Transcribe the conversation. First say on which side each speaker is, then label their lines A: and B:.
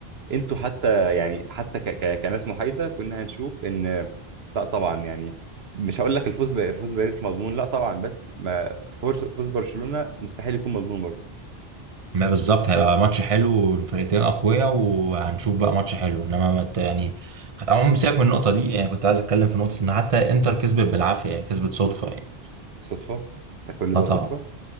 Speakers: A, on the right; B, on the right.
A: انتوا حتى يعني حتى ك ك كناس محايده كنا هنشوف ان لا طبعا يعني مش هقول لك الفوز ب... فوز باريس مضمون لا طبعا بس ما فوز فوز برشلونه مستحيل يكون مضمون برضه
B: ما بالظبط هيبقى ماتش حلو والفرقتين اقوياء وهنشوف بقى ماتش حلو انما ما ت- يعني عموما سيبك من النقطه دي يعني كنت عايز اتكلم في نقطه ان حتى انتر كسبت بالعافيه يعني كسبت صدفه يعني
A: صدفه انت كل
B: اه
A: ده
B: طبعا
A: صدفه